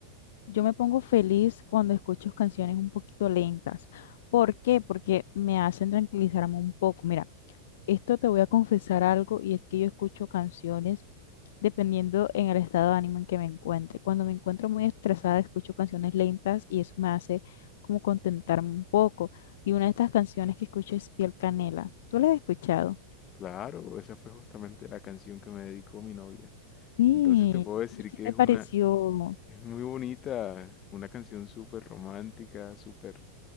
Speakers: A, on the left (about 55°); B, on the left (about 30°).
A: Yo me pongo feliz cuando escucho canciones un poquito lentas. ¿Por qué? Porque me hacen tranquilizarme un poco. Mira, esto te voy a confesar algo y es que yo escucho canciones dependiendo en el estado de ánimo en que me encuentre. Cuando me encuentro muy estresada, escucho canciones lentas y eso me hace como contentarme un poco. Y una de estas canciones que escucho es Piel Canela. ¿Tú la has escuchado?
B: Claro, esa fue justamente la canción que me dedicó mi novia.
A: Sí.
B: Entonces te puedo decir
A: ¿Y qué
B: que
A: te
B: es una,
A: pareció?
B: es muy bonita, una canción súper romántica, súper